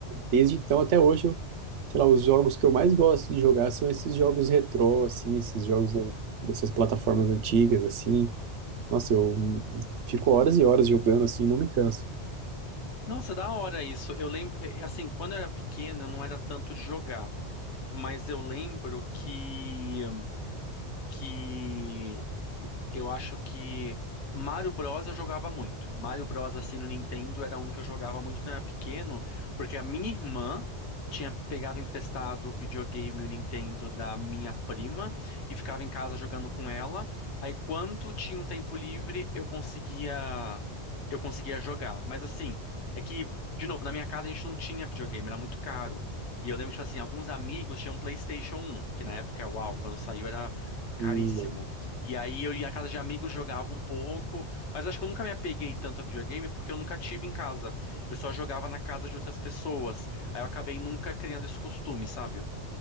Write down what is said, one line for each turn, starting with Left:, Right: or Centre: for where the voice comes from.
Right: Desde então até hoje, eu, sei lá, os jogos que eu mais gosto de jogar são esses jogos retrô, assim, esses jogos da- dessas plataformas antigas, assim. Nossa, eu hum, fico horas e horas jogando, assim, não me canso.
Left: Nossa, da hora isso. Eu lembro, é, é assim, quando eu era pequeno, eu não era tanto de jogar, mas eu lembro que que Eu acho que Mario Bros eu jogava muito. Mario Bros assim no Nintendo era um que eu jogava muito quando eu era pequeno, porque a minha irmã tinha pegava emprestado o videogame e o Nintendo da minha prima e ficava em casa jogando com ela. Aí quando tinha um tempo livre, eu conseguia eu conseguia jogar. Mas assim, é que de novo, na minha casa a gente não tinha videogame, era muito caro. E eu lembro que, tipo assim, alguns amigos tinham PlayStation um que na época, uau, quando saiu era caríssimo.
Right: Hum,
Left: E aí eu ia à casa de amigos, jogava um pouco, mas acho que eu nunca me apeguei tanto a videogame porque eu nunca tive em casa. Eu só jogava na casa de outras pessoas. Aí eu acabei nunca criando esse costume, sabe?